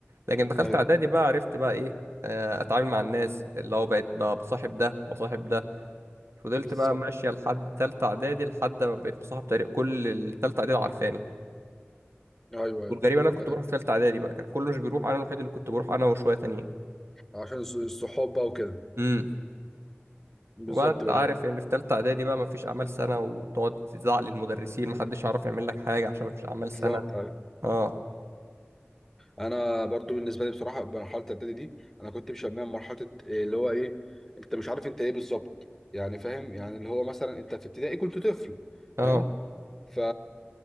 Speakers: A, on the right; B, in the centre.
A: لكن دخلت
B: ايوه
A: اعدادي بقى عرفت بقى ايه آه، اتعامل مع الناس اللي هو بقيت بقى بصاحب ده وصاحب ده فضلت
B: بالظبط
A: بقى ماشية لحد تالتة اعدادي لحد ما بقيت مصاحب تقريبا كل التالتة اعدادي عارفاني
B: ايوه ايوه
A: وتقريبا انا كنت
B: يعني
A: بروح في تالتة اعدادي بقى كان كله مش بيروح انا الوحيد اللي كنت بروح انا وشوية تانيين
B: عشان الص- الصحاب بقى وكده
A: امم
B: بالظبط
A: وبقى انت
B: برضو
A: عارف
B: يعني
A: ان في تالتة اعدادي بقى مفيش اعمال سنة وتقعد تزعق للمدرسين محدش يعرف يعمل لك حاجة عشان مفيش اعمال
B: بالظبط
A: سنة
B: أيوه.
A: اه
B: انا برضو بالنسبه لي بصراحه مرحله الاعدادي دي انا كنت مشميها مرحله إيه اللي هو ايه انت مش عارف انت ايه بالظبط يعني فاهم يعني اللي هو مثلا انت في ابتدائي كنت طفل
A: اه
B: فاهم ف